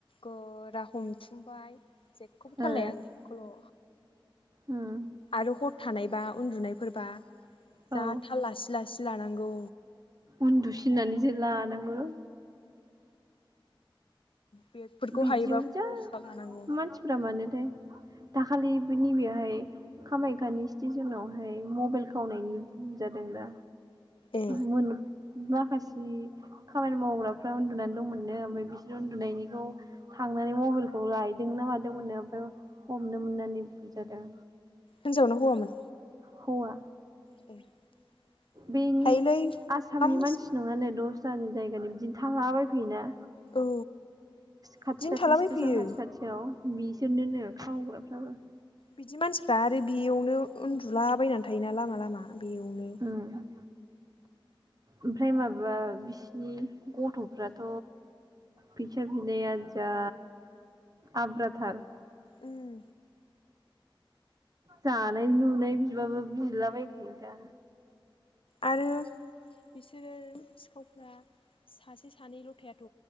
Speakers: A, on the left; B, on the right.
A: गोरा हमथुमबाय जेखौबो
B: ओ
A: थारलाया आं बेखौल'।
B: उम
A: आरो हर थानायबा उन्दुनायफोरबा
B: औ
A: जाथा लासि लासि लानांगौ।
B: उन्दुसिनानै जो लानांग हो
A: बेगफोरखौ
B: बिदियाव
A: हायोबा
B: जा
A: खरसा लानांगौ
B: मानसिफ्रा मानोथाय दाखालिबो नैबेयावहाय कामायाखयाानि स्टेसनाव ओमफ्राय मबाइल खावनायनि हम जादों दा।
A: ए
B: मोननो माखासे खामानि मावग्राफ्रा उन्दुनानै दंमोननो ओमफ्राय बिसोरो उन्दुनायनिखौ थांनानै मबाइलखौ लायदों ना मादोंमोननो ओमफ्राय हमनो मोननानै बु जादों।
A: हिनजावनो हौवामोन?
B: हौवा।
A: <unintelligible>
B: बेनि
A: थायोलै
B: आसामनि
A: मा मोस
B: मानसि नङानो दस दस्रानि जायगानि बिदिनो थांला बबायफैयोना।
A: औ
B: खाथि
A: बिदिनो
B: खाथि
A: थालाबायफैयो
B: स्टेसन खाथि खाथियाव। बिसोरनोनो खावग्राफ्राबो।
A: बिदि मानसिफ्रा आरो बेयावनो उन्दु दुलाबायनानै थायोना लामा लामा बेयावनो।
B: उम ओमफ्राय माबा बिसिनि गथ'फ्राथ' पिक्सार बिनाया जा आब्राथार।
A: उओम
B: जानाय लुनाय बिबाबो बिलाबाय फै दा
A: आरो बिसोरो सिखावफ्रा सासे सानैल' थाथ'